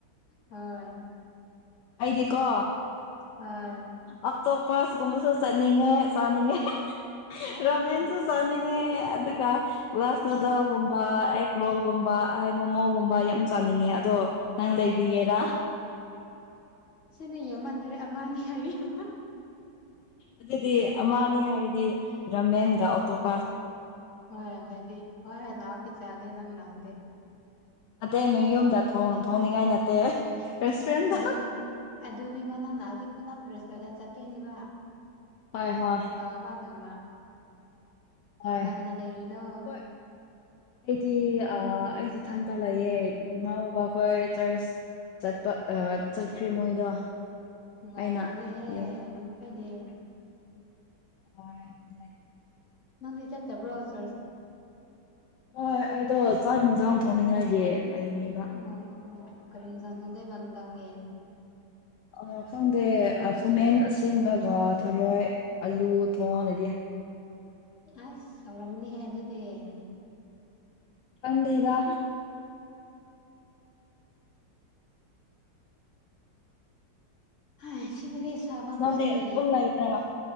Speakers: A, on the left; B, on the left.
A: ꯍꯣꯏ
B: ꯑꯩꯗꯤꯀꯣ
A: ꯍꯣꯏ
B: ꯑꯇꯣꯞꯄꯁꯀꯨꯝꯕꯁꯨ ꯆꯠꯅꯤꯡꯉꯦ ꯆꯥꯅꯤꯡꯉꯦ
A: ꯑꯁ
B: ꯔꯃꯦꯟꯁꯨ ꯆꯅꯤꯡꯉꯦ ꯑꯗꯨꯒ ꯒꯥꯁ ꯅꯨꯗꯜꯒꯨꯝꯕ ꯑꯦꯛ ꯔꯣꯜꯒꯨꯝꯕ ꯃꯣꯃꯣꯒꯨꯝꯕ ꯌꯥꯝ ꯆꯥꯅꯤꯡꯉꯦ ꯑꯗꯣ ꯅꯪ ꯂꯩꯏꯕꯤꯒꯦꯔꯥ
A: ꯁꯤꯗ ꯌꯃꯟꯈꯔꯦ ꯑꯃ ꯑꯅꯤ ꯍꯥꯏꯕꯤꯌꯨ
B: ꯑꯗꯨꯗꯤ ꯑꯃ ꯑꯅꯤ ꯍꯥꯏꯔꯗꯤ ꯔꯃꯦꯟꯒ ꯑꯣꯇꯣꯞ
A: ꯍꯣꯏ ꯍꯣꯏꯗꯤ ꯍꯣꯏ ꯍꯣꯏ ꯂꯥꯛꯑꯣ ꯄꯆꯒꯦ ꯅꯪ ꯂꯥꯛꯑꯗꯤ
B: ꯑꯇꯩ ꯅꯣꯏ ꯌꯨꯝꯗ ꯊꯣꯡ ꯊꯣꯡꯅꯤꯡꯉꯥꯏ ꯅꯠꯇꯦ ꯔꯦꯁꯇꯨꯔꯦꯟꯗ
A: ꯑꯗꯨ ꯑꯗꯨꯅꯦꯕ ꯅꯪ ꯑꯗꯨ ꯄꯨꯂꯞ ꯔꯦꯁꯇꯨꯔꯦꯟ ꯆꯠꯇꯣꯏꯅꯦꯕ
B: ꯍꯣꯏ ꯍꯣꯏ
A: ꯂꯥꯛꯑꯣꯕ ꯅꯣꯡꯃ
B: ꯍꯣꯏ
A: ꯀꯅ ꯀꯅ ꯂꯩꯔꯤꯅꯣ
B: ꯍꯣꯏ ꯑꯩꯗꯤ ꯑꯥ ꯑꯩ ꯏꯊꯥꯟ ꯇ ꯂꯩꯌꯦ ꯃꯧ ꯑꯩꯈꯣꯏ ꯆꯔꯁ ꯆꯠꯄ ꯑ ꯆꯠꯈ꯭꯭ꯔꯦ ꯃꯣꯏꯗꯣ
A: ꯅꯨꯡꯉꯥꯏꯔꯝꯒꯅꯤꯍꯦ
B: ꯑꯩꯅ ꯌꯨꯝꯗ
A: <unintelligible>
B: ꯍꯣꯏ
A: ꯅꯪꯗꯤ ꯆꯠꯇꯕ꯭ꯔꯣ ꯆꯔꯁ
B: ꯍꯣꯏ ꯑꯩꯗꯣ ꯆꯥꯛ ꯌꯦꯟꯖꯥꯡ ꯊꯣꯡꯅꯤꯡꯉꯥꯏꯒꯤ ꯂꯩꯌꯦꯕ
A: ꯑꯣ ꯑꯣ ꯀꯔꯤ ꯍꯤꯟꯖꯥꯡ ꯊꯣꯡꯗꯣꯏꯕ ꯅꯨꯡꯗꯥꯡꯒꯤ
B: ꯑꯥ ꯈꯪꯗꯦ ꯈꯥꯃꯦꯟ ꯑꯁꯦꯡꯕꯒ ꯊꯔꯣꯏ ꯑꯂꯨ ꯊꯣꯡꯉꯅꯤ
A: ꯑꯁ ꯁꯧꯔꯝꯅꯤ ꯍꯥꯏ ꯑꯗꯨꯗꯤ <inaudible>
B: ꯈꯪꯗꯦꯗ
A: ꯑꯁ ꯁꯤꯗꯗꯤ ꯁꯥꯕꯥꯟꯕꯒꯤ
B: ꯅꯪꯗꯤ ꯑꯗꯨꯝ ꯂꯩꯕ꯭ꯔꯥ